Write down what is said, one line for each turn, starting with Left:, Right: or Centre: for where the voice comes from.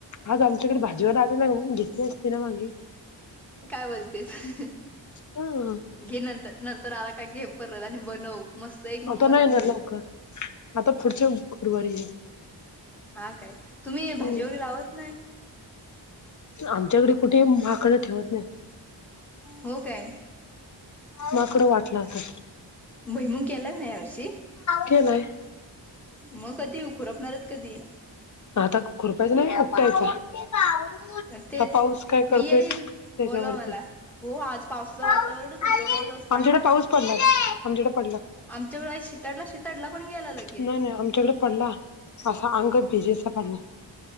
Left: आज आमच्याकडे भाजीवाला आलेला ना, घेतली असती. सर्वांगी
Centre: काय बोलतेस.
Left: ऊं.
Centre: घे नंतर. नंतर आला का घे परत आणि बनवं. मस्त, एक नंबर
Left: आता नाही
Centre: लागतंय.
Left: येणार लवकर आता पुढच्या गुरुवारी
Centre: हा काय, तुम्ही
Left: येईल.
Centre: भाजी वगैरे लावत नाय?
Left: आमच्याकडे कुठे माकडं ठेवत नाय.
Centre: हो काय?
Left: माकडं वाट लावतात.
Centre: भुईमुग केलाय ना या वर्षी
Left: केलाय.
Centre: मग कधी? खुरपणारेत कधी?
Left: आता खुरपायचं नाही <unintelligible> पाऊसंय पाऊस. आता
Centre: तेच
Left: पाऊस काय करतोय,
Centre: मी येईन
Left: त्याज्यावरती.
Centre: बोलव मला हो आज पावसाचं वातावरणच
Left: आमच्याकडे
Centre: होतं पाऊस आज पडला
Left: पाऊस पडलाय, आमच्याकडं पडला.
Centre: आमच्याकडंय शिताडला शिताडला पण गेला लगी.
Left: नाय नाय, आमच्याकडे पडला. असा अंग भिजेचा पडला.